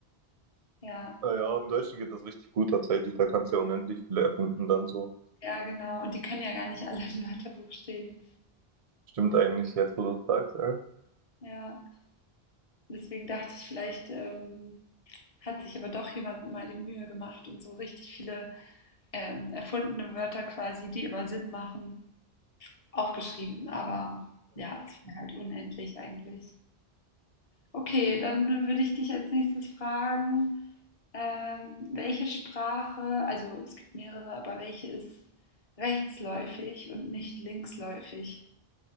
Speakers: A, on the left; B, on the right.
A: Ja,
B: Äh, ja, im Deutschen geht das richtig gut tatsächlich. Da kannst du ja unendlich viele erfinden dann so.
A: ja, genau. Und die können ja gar nicht alle im Wörterbuch stehen.
B: Stimmt eigentlich jetzt, wo du das sagst, ey.
A: Ja. Deswegen dachte ich, vielleicht ähm, hat sich aber doch jemand mal die Mühe gemacht und so richtig viele ähm, erfundene Wörter quasi, die aber Sinn machen, aufgeschrieben. Aber ja, es wäre halt unendlich eigentlich. Okay, dann würde ich dich als nächstes fragen, ähm, welche Sprache, also es gibt mehrere, aber welche ist rechtsläufig und nicht linksläufig?